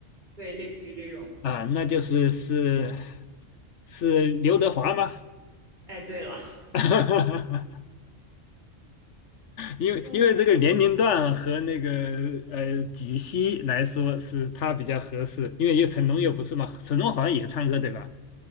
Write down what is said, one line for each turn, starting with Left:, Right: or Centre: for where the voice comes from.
Right: 对，类似于这种。
Left: 啊、那就是是是刘德华吗？
Right: 哎，对了，
Left: <laughs> 因为因为这个年龄段和那个呃几息来说是他比较合适，
Right: <laughs> 嗯，
Left: 因为有成龙又不是嘛，成龙好像也唱歌对吧？